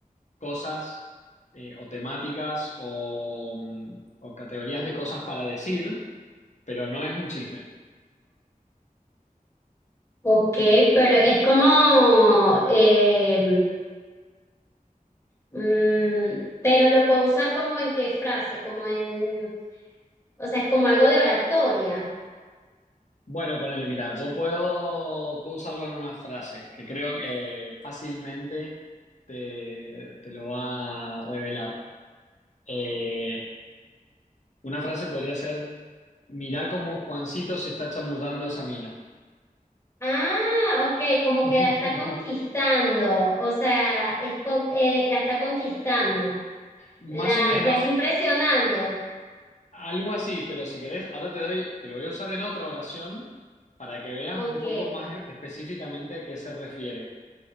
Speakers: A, on the left; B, on the left.
A: cosas eh, o temáticas o, mm, o categorías de cosas para decir, pero no es un chisme.
B: Ok, pero es como, eh, mm, pero lo puedo usar como en qué frase, como en, o sea, es como algo de oratoria.
A: Bueno, ponele, mira, yo puedo, puedo usarlo en una frase que creo que fácilmente te, te lo va a revelar. Eh, una frase podría ser, mirá cómo Juancito se está chamullando esa mina.
B: Ah, ok, como
A: <laughs>
B: que la está conquistando, o sea, es con- eh, la está conquistando,
A: Más
B: la,
A: o menos,
B: la está impresionando.
A: Algo así, pero si querés, ahora te doy, te lo voy a usar en otra oración para que veas
B: Ok,
A: un poco más e- específicamente a qué se refiere.